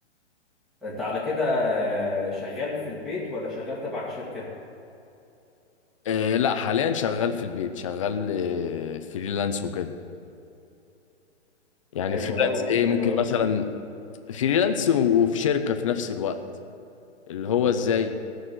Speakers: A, in the centre; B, on the left (about 30°).
A: انت على كده آه، شغال في البيت ولا شغال تبع شركة؟
B: آه لا حاليا شغال في البيت شغال آه فريلانس وكده يعني
A: حلو
B: فريلانس
A: قوي
B: ايه ممكن
A: حلو قوي
B: مثلا فريلانس و- وفي شركه في نفس الوقت اللي هو ازاي